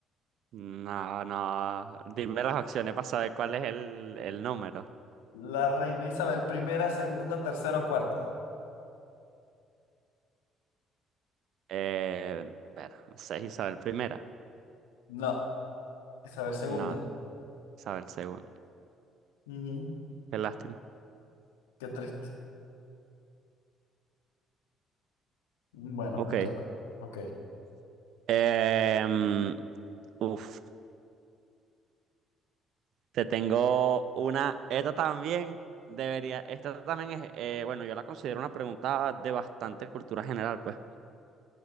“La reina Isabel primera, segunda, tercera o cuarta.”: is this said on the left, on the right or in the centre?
Left